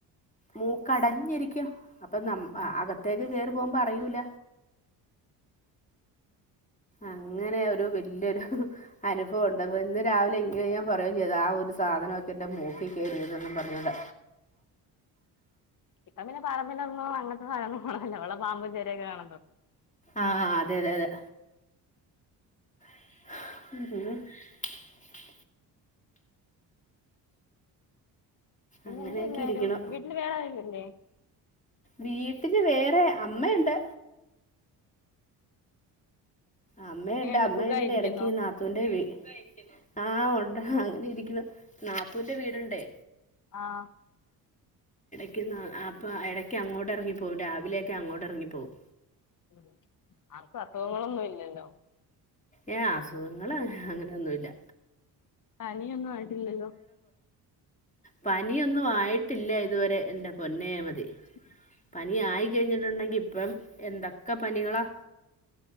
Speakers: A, on the left; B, on the left.
A: മൂക്കടഞ്ഞിരിക്ക ക്കയാ അപ്പൊ ന
B: ആഹ്
A: അകത്തേക്ക് കേറ പോവാൻ പറയൂല അങ്ങനെ ഒരു വല്യൊരു അനുഭവം ഉണ്ട് അപ്പ ഇന്ന് രാവിലെ എ ഇങ്ങനെ ഞാൻ പറയേം ചെയ്ത് ആ ഒരു സാധനോക്കെ എന്റെ മൂക്കിൽ കയറിയതെന്നും പറഞ്ഞോണ്ട്
B: ഇപ്പ പിന്നെ പറമ്പിലൊന്നും അങ്ങനത്തെ സാന്നങ്ങളൊന്നും <unintelligible> പാമ്പും ചേരയൊക്കെ കാണത്തൊ
A: ആഹ് അതെ അതെ അതെ <unintelligible>
B: പിന്നെ
A: അങ്ങനെയൊക്കെ
B: എന്തിയെ എല്ലാരും
A: ഇരിക്കണു
B: വീട്ടില് വേറെ ആരും ഇല്ലേ
A: വീട്ടില് വേറെ അമ്മയുണ്ട്. അമ്മയുണ്ട്
B: എങ്ങനെയുണ്ട്
A: അമ്മ
B: സുഖായിരിക്കുന്നോ
A: ഇവിടെ എടക്ക് നാത്തൂന്റെ വീ ആഹ് ഉണ്ട് അങ്ങനെ ഇരിക്കുന്നു നാത്തൂന്റെ വീടുണ്ടേ.
B: ആഹ്
A: ക്ക് അപ്പം എടയ്ക്ക് അങ്ങോടെറങ്ങിപ്പോവും രാവിലെയൊക്കെ അങ്ങോടെറങ്ങിപ്പോവും.
B: ഉം ആർക്കും അസുഖങ്ങളൊന്നും ഇല്ലല്ലോ
A: ഏഹ് അസുഖങ്ങള് അങ്ങനെയൊന്നുവില്ല.
B: പനിയൊന്നും ആയിട്ടില്ലല്ലോ
A: പനിയൊന്നും ആയിട്ടില്ല ഇതുവരെ എന്റെ പൊന്നേ മതി
B: <inaudible>
A: നീ ആയി കഴിഞ്ഞിട്ടുണ്ടെങ്കി ഇപ്പം എന്തൊക്കെ പണികളാ